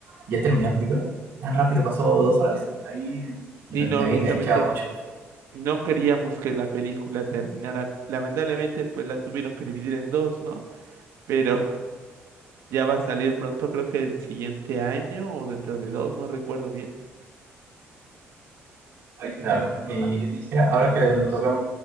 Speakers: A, on the right (about 50°); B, on the right (about 75°).
A: ¿Ya terminó la película? ¿Tan rápido pasó
B: Sí,
A: dos horas? Me,
B: Sí, no,
A: me había
B: honestamente
A: enganchado mucho.
B: no queríamos que la película terminara. Lamentablemente, pues la tuvieron que dividir en dos, ¿no? Pero <laughs> ya va a salir pronto, creo que el siguiente año o dentro de dos, no recuerdo bien.
A: Claro. Y mira, ahora que lo tocamos,